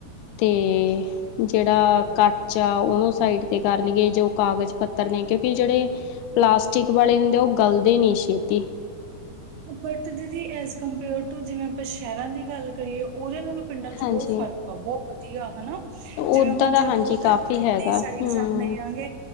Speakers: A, on the left; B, on the right.
A: ਤੇ। ਜਿਹੜਾ ਕੱਚ ਆ ਉਹਨੂੰ ਸਾਇਡ ਤੇ ਕਰ ਲਈਏ ਜੋ ਕਾਗਜ਼ ਪੱਤਰ ਨੇ ਕਿਉਂਕਿ ਜਿਹੜੇ ਪਲਾਸਟਿਕ ਵਾਲੇ ਹੁੰਦੇ ਉਹ ਗਲਦੇ ਨੀ ਛੇਤੀ।
B: ਬਟ ਦੀਦੀ ਐਜ ਕੰਪੇਅਰ ਟੂ ਜਿਵੇਂ ਆਪਾਂ ਸ਼ਹਿਰਾਂ ਦੀ ਗੱਲ ਕਰੀਏ ਉਹਦੇ ਨਾਲ ਪਿੰਡਾਂ ਚ
A: ਹਾਂਜੀ
B: ਬਹੁਤ ਫ਼ਰਕ ਆ ਬਹੁਤ ਵਧੀਆ ਹਨਾ। ਜਿਵੇਂ
A: ਓਦਾਂ
B: ਹੁਣ
A: ਦਾ
B: ਜੇ ਧਰਤੁਸੀਂ
A: ਹਾਂਜੀ
B: ਓਏ ਊਉੱਧਰ
A: ਕਾਫੀ
B: ਦਿੱਲੀ
A: ਹੈਗਾ
B: ਸਾਈਡ
A: ਹਮ
B: ਜਾਂਦੇ ਗ